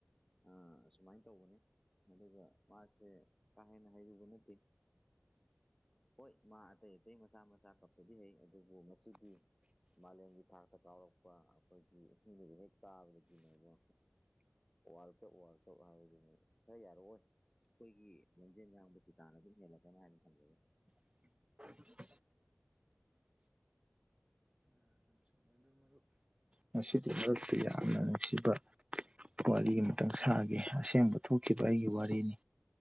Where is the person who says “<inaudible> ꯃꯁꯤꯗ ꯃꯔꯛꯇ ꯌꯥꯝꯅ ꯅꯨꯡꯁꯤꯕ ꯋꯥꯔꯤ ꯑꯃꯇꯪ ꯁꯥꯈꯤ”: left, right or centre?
Right